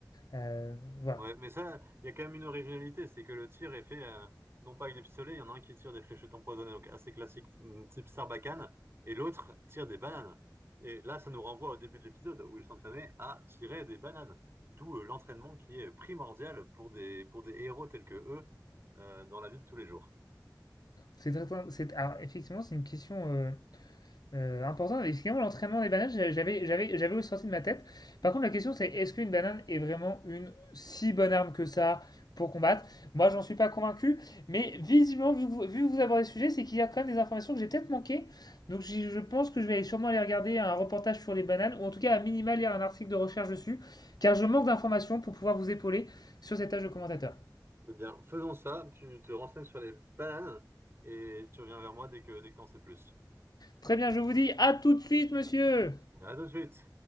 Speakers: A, on the left; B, on the right.
A: Euh, voilà.
B: Ouais, mais ça, il y a quand même une originalité, c'est que le tir est fait euh, non pas avec des pistolets, il y en a un qui tire des fléchettes empoisonnées, donc assez classique, mm, type Sarbacane, et l'autre tire des bananes. Et là, ça nous renvoie au début de l'épisode où ils s'entraînaient à tirer des bananes, d'où euh, l'entraînement qui est primordial pour des, pour des héros tels que eux euh, dans la vie de tous les jours.
A: C'est très- c'est- alors, effectivement, c'est une question. euh, Euh, important, et finalement l'entraînement des bananes, j'avais, j'avais, j'avais aussi sorti de ma tête. Par contre, la question c'est est-ce qu'une banane est vraiment une si bonne arme que ça pour combattre? Moi, j'en suis pas convaincu, mais visiblement, vu que vous, vu que vous abordez le sujet, c'est qu'il y a quand même des informations que j'ai peut-être manquées. Donc, je pense que je vais aller sûrement aller regarder un reportage sur les bananes, ou en tout cas, à minima, lire un article de recherche dessus, car je manque d'informations pour pouvoir vous épauler sur cette tâche de commentateur.
B: Eh bien, faisons ça. Tu te renseignes sur les bananes et tu reviens vers moi dès que, dès que t'en sais plus.
A: Très bien, je vous dis à tout de suite, monsieur!
B: À tout de suite.